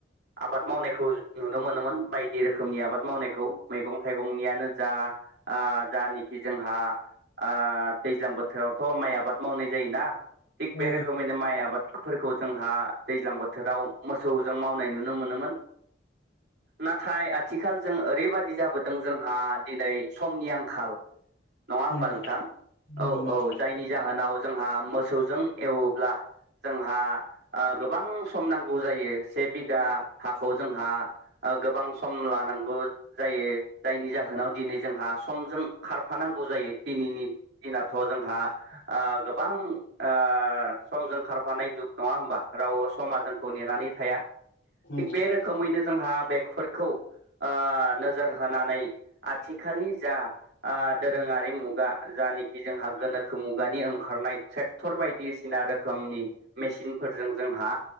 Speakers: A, on the right; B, on the left.
A: आबाद मावनायखौ नुनो मोनोमोन बायदि रोखोमनि आबाद मावनायखौ मैगं थाइगंनियानो जा आ जानोखि जोंहा आ दैज्लां बोथोरावथ' माइ आबाद मावनाय जायोना थिग
B: औ
A: बे
B: नंगौ औ
A: रोखोमैनो माइ आबाद फोरखौ जोंहा दैज्लां बोथोराव मोसौजों मावनाय नुनो मोनोमोन नाथाय आथिखाल जों ओरैबादि जाबोदों जोंहा दिनै समनि आंखाल नङा होमबा
B: औ
A: नोंथां
B: औ नंगौ
A: औ
B: नंगौ
A: औ जायनि जाहोनाव जोंहा मोसौजों एवोब्ला जोंहा ओ गोबां सम नांगौ जायो से बिघा हाखौ जोंहा ओ गोबां सम लानांगौ जायो जायनि जाहोनाव दिनै जोंहा समजों खारफानांगौ जायो दिनैनि दिनाथ' जोंहा ओ गोबां ओ समजों खारफानाय जुग नङा होमबा राव समा जोंखौ नेनानै थाया
B: नंगौ
A: थिग बे रोखोमैनो जोंहा बेगफोरखौ ओ नोजोर होनानै आथिखालनि जा ओ दोरोङारि मुगा जानोखि जोंहा गोनोखो मुगानि ओंखारनाय ट्रेक् टर बायदिसिना रोखोमनि मेसिनफोरजों जोंहा